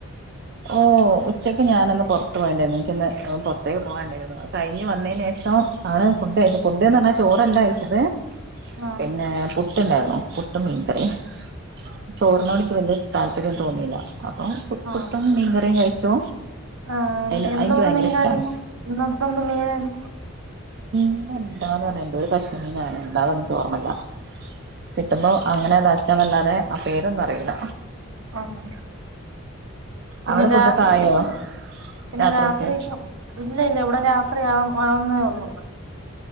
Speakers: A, on the right; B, on the right.
A: ഓ ഉച്ചയ്ക്ക് ഞാനൊന്ന് പൊറത്ത് പോയേണ്ടായിരുന്നു. ഇൻക്ക്ന്ന് പൊറത്തേക്ക് പോആണ്ടായിരുന്നു. അത് കഴിഞ്ഞ് വന്നേനേഷം <inaudible> ആണ് ഫുഡ് കഴിച്ചു. ഫുഡ്ന്ന് പറഞ്ഞാ ചോറല്ല കഴി ച്ചത്
B: ആഹ്
A: പിന്നെ പുട്ടുണ്ടാര്ന്നു. പുട്ടും മീൻകറിം
B: ആഹ് ആഹ്
A: ചോറിനോടക്ക് വല്യ. താല്പര്യം തോന്നിയില്ല അപ്പൊ
B: ആഹ്
A: കുത്തം മീൻകറിം കഴിച്ചു
B: ആഹ്.
A: അതിന്
B: എന്തോന്ന്
A: എനിക്ക് ഭയങ്കര
B: മീനാര്ന്നു.
A: ഇഷ്ടമാണ്
B: ഇന്ന്പ്പം എന്ത് മീനായിര്ന്നു
A: ഇന്ന് എന്താന്ന് പറഞ്ഞ <unintelligible> എന്തോ ഒരു കഷ്ണമീനാണ് എന്താന്നൊന്നും എനിക്ക് ഓർമല്ല. കിട്ടുമ്പോ അങ്ങനെ <unintelligible> <unintelligible> നല്ലാതെ ആഹ് പേരൊന്നും അറീല്ല
B: ആഹ്. പിന്നെ
A: അവിടെ ഫുഡൊക്കെ
B: രാത്രിത്തേക്ക്
A: ആയോ
B: പിന്നെ
A: രാത്രിയൊക്കെ
B: രാത്രി ഇപ്പ ഇല്ല ഇല്ല ഇവിടെ രാത്രി ആ ആവുന്നേ ഒള്ളു